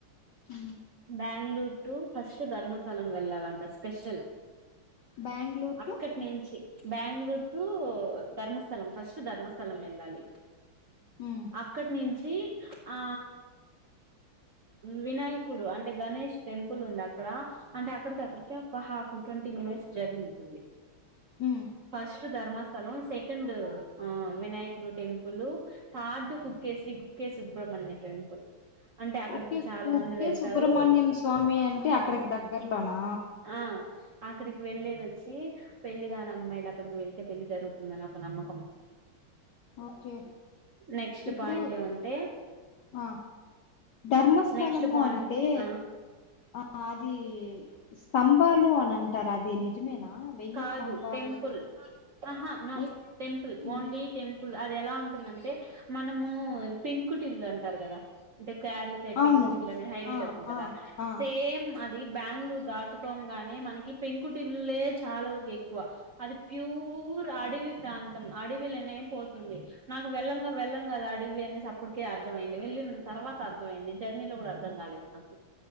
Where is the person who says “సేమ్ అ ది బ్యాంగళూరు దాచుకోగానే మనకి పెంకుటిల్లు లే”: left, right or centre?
Right